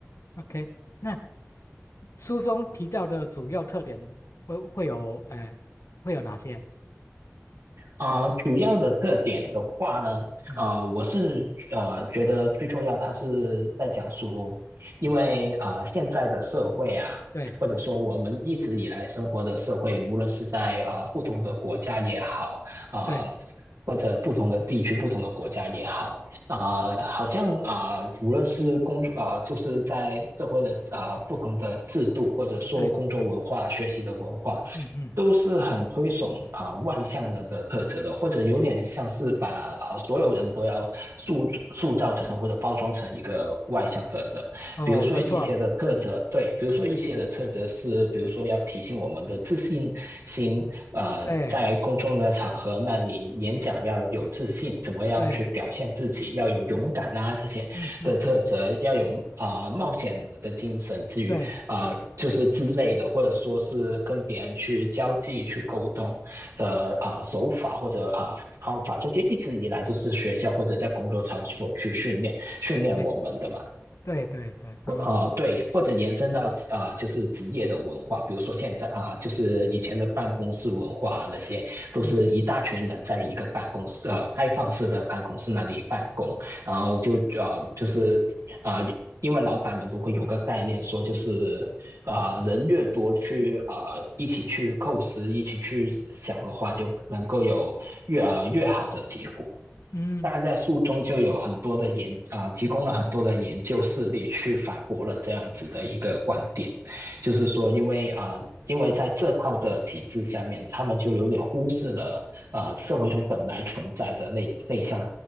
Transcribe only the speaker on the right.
啊、呃主要的特点的话呢，
呃，我是呃觉得最重要，它是在讲说，因为啊现在的社会啊，
或者说我们一直以来生活的社会，无论是在啊不同的国家也好，啊、
呃或者不同的地区、不同的国家也好，啊、呃好像啊、呃无论是工作啊、呃就是在社会的啊、呃不同的制度，或者说工作文化、
学习的文化，
都是很推崇啊、呃外向人的特质的，或者有点像是把啊、所有人都要塑塑造成或者包装成一个外向的人。
比如说一些的特质，
对，比如说一些的特质是，
比如说要提醒我们的自信心，呃，
在公众的场合，那你演讲要有自信，怎么样去表现自己，
要有勇敢啊这些的特质，
要有啊、呃冒险的精神，至于啊、
呃就是之类的，或者说是跟别人去交际、去沟通的啊、呃手法或者啊、呃方法，这些一直以来就是学校或者在工作场所去训练训练我们的嘛。
啊，对，或者延伸到啊、呃就是职业的文化，比如说现在啊、呃就是以前的办公室文化啊那些，都是一大群人在一个办公室，
呃，开放式的办公室那里办公，然后就呃，就是啊、呃因为老板们都会有个概念，说就是啊、呃人越多去啊、呃一起去构思，一起去想的话，就能够有越呃越好的结果。
但在书中就有很多的研啊、呃提供了很多的研究事例去反驳了这样子的一个观点，就是说，因为啊、呃因为在这套的体制下面，他们就有点忽视了啊、呃社会中本来存在的内内向